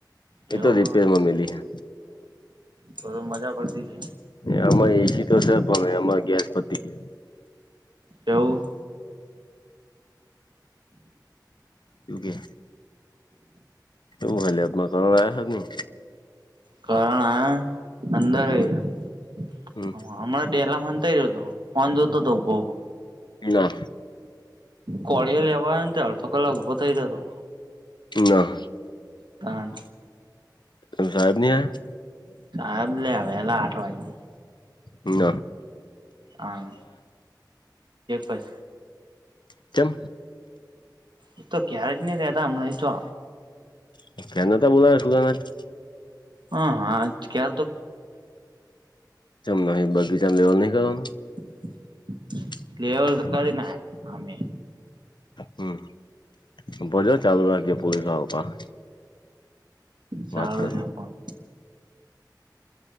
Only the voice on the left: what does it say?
એતો
રિપેરમાં મલી હે.
આમાં એસી તો સા ભ ગેસ પતી
એવું કે. એવું હલે અમાં કર આવ્યા છે નહી.
હમ
હમ
ના
ના
તમે સાહેબ ની આયા
ન
તેમ
<unintelligible>
ચમના બગીચા લેવાલ ની કેવાનું
<unintelligible>
હમ ઉભો રે ચાલુ રાખજે <unintelligible>
વાત કરું